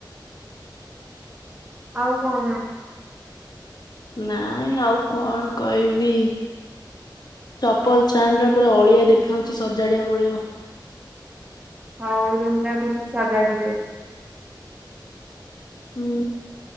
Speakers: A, on the right; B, on the left.
A: ଆଉ କଣ?
B: ନାଇଁ ଆଉ କଣ କହିବି ଚପଲ ଷ୍ଟାଣ୍ଡ ପୁରା ଅଳିଆ ଦେଖାଉଛି ସଜାଡଆ ପଡିବ।
A: ହଉ ଓ ରୁମ୍ ଟା କୁ ସାଗାଡ଼ି ଦିଅ।
B: ହୁଁ